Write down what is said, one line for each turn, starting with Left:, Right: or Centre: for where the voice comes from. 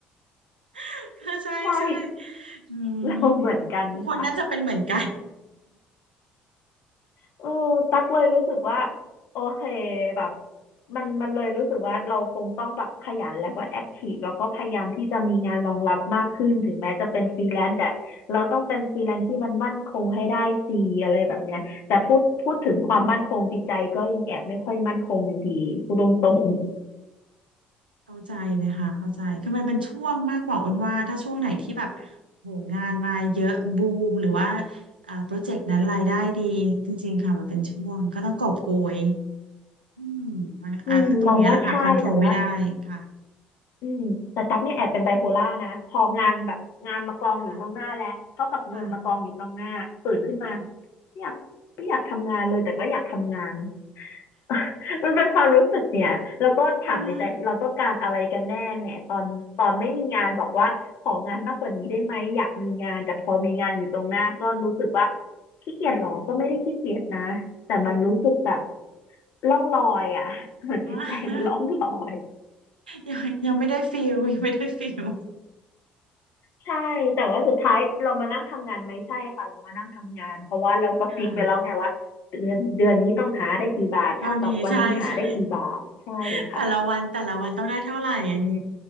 Right: <laughs> ค่ะใช่ใช่
Left: ใช่
Right: อืม
Left: เราเหมือนกันค่ะ
Right: ทุกคนน่าจะเป็นเหมือนกัน
Left: เออตักเลยรู้สึกว่าโอเคแบบมันมันเลยรู้สึกว่าเราคงต้องแบบขยันแล้วก็แอคทีฟแล้วก็พยายามที่จะมีงานรองรับมากขึ้นถึงแม้จะเป็นฟรีแลนซ์แต่เราต้องเป็นฟรีแลนซ์ที่มันมั่นคงให้ได้ซีอะไรแบบเนี้ยแต่พูดพูดถึงความมั่นคงจิตใจก็ยังแอบไม่ค่อยมั่นคงอยู่ดีพูดตรง
Right: <laughs> เข้าใจเลยค่ะเข้าใจคือมันเป็นช่วงมากกว่าอ้นว่าถ้าช่วงไหนที่แบบโหงานมาเยอะบูมหรือว่าอ่าโปรเจกต์นั้นรายได้ดีจริงๆค่ะมันเป็นช่วงก็ต้องกอบโกยอืม
Left: ๆอืมมองว่าใช่แต่ว่า
Right: อ่ะตรงเนี้ยแหละค่ะคอนโทรลไม่ได้ค่ะ
Left: อืมแต่ตั๊กเนี่ยแอบเป็นไบโพล่านะพองานแบบงานมากองอยู่ตรงหน้าแล้วเท่ากับเงินมากองอยู่ตรงหน้าตื่นขึ้นมา
Right: ค่ะค่ะค่ะ
Left: ไม่อยากไม่อยากทำงานเลยแต่ก็อยากทำงาน <laughs> มันเป็นความรู้สึกเนี่ยแล้วก็ถามในใจเราต้องการอะไรกันแน่แหมตอนตอนไม่มีงานบอกว่าของานมากกว่านี้ได้ไหมอยากมีงานแต่พอมีงานอยู่ตรงหน้าก็รู้สึกว่า
Right: <laughs>
Left: ขี้เกียจหรอก็ไม่ได้ขี้เกียจนะแต่มันรู้สึกแบบล่องลอยอ่ะ <laughs> เหมือนจิตใจมันล่องลอย
Right: อ่ายังยังไม่ได้ฟิลยังไม่ได้ฟิล
Left: ใช่แต่ว่าสุดท้ายเรามานั่งทำงานไหมใช่ค่ะเรามานั่งทำงานเพราะว่าเราก็ฟิกไปแล้วไงว่าเดือนเดือนนี้ต้องหาได้กี่บาทเท่ากับวันนี้หาได้กี่บาทใช่ค่ะ
Right: ค่ะ เท่านี้ใช่ใช่ <laughs> แต่ละวันแต่ละวันต้องได้เท่าไหร่อันนี้